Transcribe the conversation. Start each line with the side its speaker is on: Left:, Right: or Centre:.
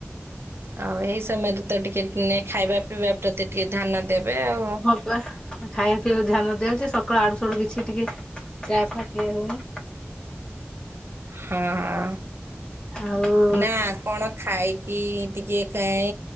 Right: ଆଉ ଏଇ ସମୟରେ ତ ଟିକେ ଉଁ ଖାଇବା ପିଇବା ପ୍ରତି ଟିକେ ଧ୍ୟାନ ଦେବେ ଆଉ।
Left: କୁ ଖାଇବା ପିଇବା ବି ଧ୍ୟାନ ଦିଆଉଚି। ସକାଳୁ ଆଡୁ ସୁଡୁ କିଛି ଟିକେ ଚା ଫା କିଏ ହଉନି।
Right: ହଁ ହଁ!
Left: ଆଉ
Right: ନା କଣ ଖାଇକି ଟିକେ ଖାଏ